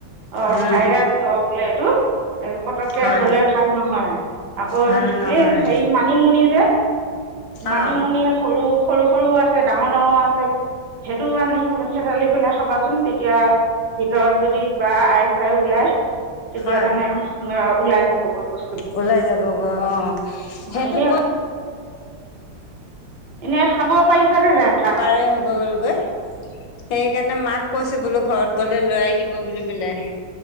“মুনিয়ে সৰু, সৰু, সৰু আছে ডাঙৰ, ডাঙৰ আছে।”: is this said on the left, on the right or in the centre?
Right